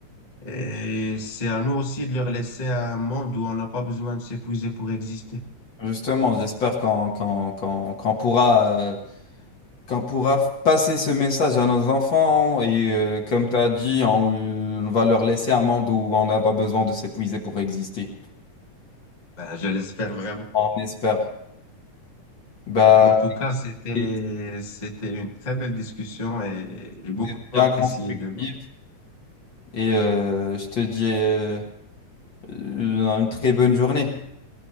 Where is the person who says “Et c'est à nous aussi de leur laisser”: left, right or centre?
Left